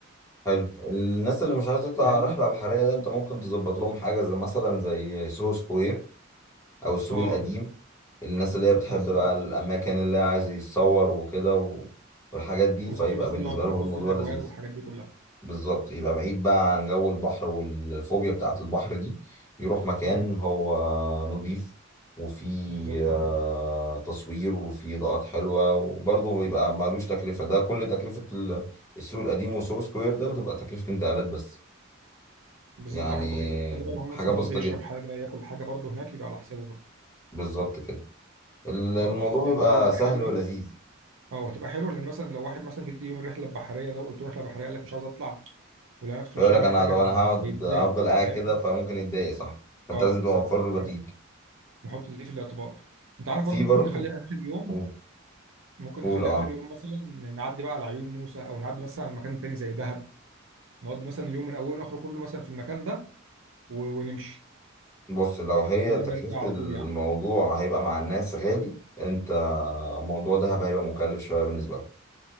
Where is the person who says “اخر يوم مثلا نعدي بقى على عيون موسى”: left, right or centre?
Right